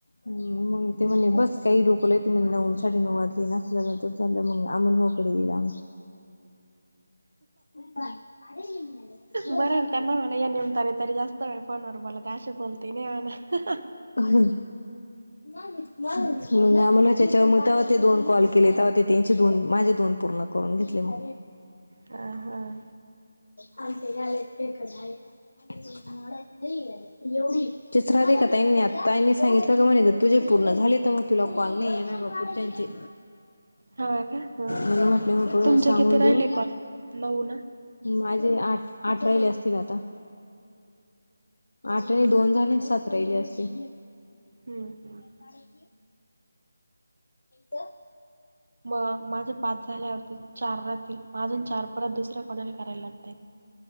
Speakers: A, on the left; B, on the right.
A: मग ते म्ह बस काही रोकला त म्ह नऊं रे न वाजली ना अस चालं मंग अमोल भाऊ कडे गेलो मग आम्ही सग
B: बरं आहे ना त्यांना म्हणा या निमताने तरी जास्त वेळ फोनवर बोलात अशी बोलते नाही म्हणा
A: हं मग
B: हं.
A: आम्हाला त्याच्या मग तेव्हा ते दोन कॉल केले तेव्हा ते त्यांचे दोन माझे दोन पूर्ण करून घेतली मग
B: हां, हां.
A: आम ते यालेयेत खेकतय <unintelligible> राधिका ताई मी सांगितलं म्हणे ताईंनी तुझे पूर्ण झाले तर मग तुला कॉल नाही येणार बापू त्यांचे
B: हां का? हां, हां.
A: मला म्हटले मो
B: तुमचे
A: सांगून
B: किती राहिले
A: देऊन
B: कॉल? नऊ ना?
A: माझे आठ आठ रहिले असतील आता आठ आणि
B: हं,
A: दोन
B: हं.
A: झाले सात राहिले असते
B: हम् हम्
A: आणिखी <unintelligible> तर
B: मग माझे पाच झाल्यावरती चार राहील अजून चार परात दुसऱ्या कोणाला करायला लागत